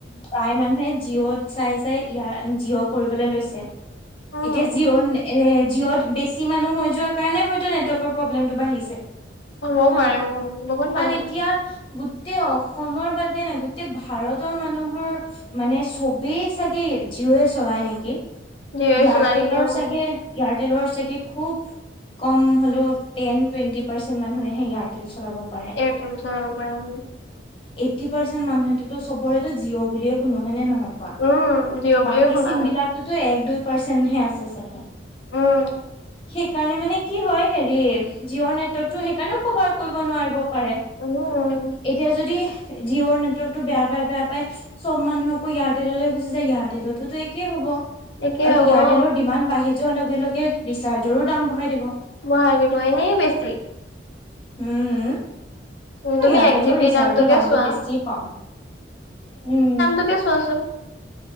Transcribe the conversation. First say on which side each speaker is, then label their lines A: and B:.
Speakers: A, on the left (about 30°); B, on the left (about 75°).
A: প্ৰায় মানুহে জিঅ' চাই চাই ইয়াৰ জিঅ' কৰিবলে লৈছে।
B: উম
A: এতিয়া জীৱন এ জিঅ'ত বেছি মানুহ হৈ যোৱা কাৰণে হয়তো নেটৱৰ্কৰ প্ৰব্লেমটো বাঢ়িছে।
B: হ'বও
A: কাৰণ
B: পাৰে উম বহুত মানুহতো
A: এতিয়া গো গোটেই অসমৰ বাদ দিয়া না গোটেই ভাৰতৰ মানুহৰ মানে চবেই চাগে জিঅ'য়ে চলাই নেকি?
B: জিঅ'য়ে
A: ইয়াৰটেলৰ
B: চলাই নেকি উম
A: চাগে ইয়াত <unintelligible> চাগে খুব কম হ'লেও টেন টুৱেণ্টি পাৰ্চেন্ট মানুহেহে ইয়াৰটেল চলাব। পাৰে।
B: এয়াৰটেল চলাব পাৰে উ।
A: এইটি পাৰ্চেন্ট মানুহেটো চবৰেটো জিঅ' বুলিয়ে শুনো হয় নে নহয়?
B: উম জিঅ' বুলিও
A: বাকী
B: শুনা
A: চিম
B: হয়
A: বিলাকটোতো এক দুই পাৰ্চেন্টহে আছে চাগে।
B: উম
A: সেইকাৰণে মানে কি হয় হেৰি জিঅ'ৰ নেটৱৰ্কটো সেইকাৰণেও কভাৰ কৰিব নোৱাৰিব পাৰে।
B: উম।
A: এতিয়া যদি জিঅ'ৰ নেটৱৰ্কটো বেয়া পায়, বেয়া পায় চব মানুহ আকৌ এয়াৰটেললৈ গুচি যায়, এয়াৰটেলতোতো একেই হ'ব। আৰু
B: একেই হ'ব
A: এয়াৰটেলৰ
B: অ
A: ডিমাণ্ড বাঢ়ি যোৱাৰ লগে, লগে ৰিচাৰ্জৰো দাম বঢ়াই দিব।
B: বহাই দিব এনেই বেছি।
A: উম, উম।
B: উম,
A: মই
B: তুমি
A: এয়াৰটেলৰ
B: এক জি বিৰ
A: ৰিচাৰ্জৰ
B: দামটোকে
A: দামটো
B: চোৱা
A: বেছি পাওঁ, উম।
B: তাকে চোৱাচোন।